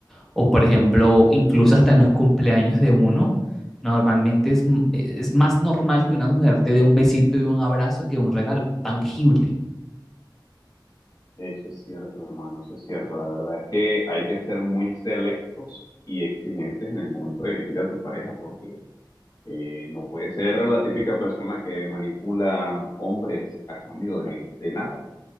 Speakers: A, in the centre; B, on the left (about 50°).
A: O por ejemplo, incluso hasta en los cumpleaños de uno, normalmente es, m- e, es más normal que una mujer te dé un besito y un abrazo que un regalo tangible,
B: Eso es cierto, hermano, eso es cierto. La verdad es que hay que ser muy selectos y exigentes en el momento de elegir a tu pareja porque eh, no puede ser la típica persona que manipula hombres a cambio de, de nada,